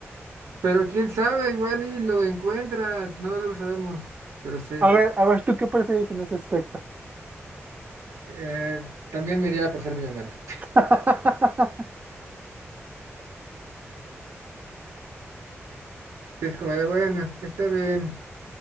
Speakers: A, on the right; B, on the right.
A: Pero quién sabe, igual y lo encuentras, no lo sabemos, pero sí.
B: A ver, a ver, ¿tú qué prefieres en ese aspecto?
A: Eh, también me iría por ser millonario. <laughs>
B: <laughs>
A: Es como de, bueno, está bien,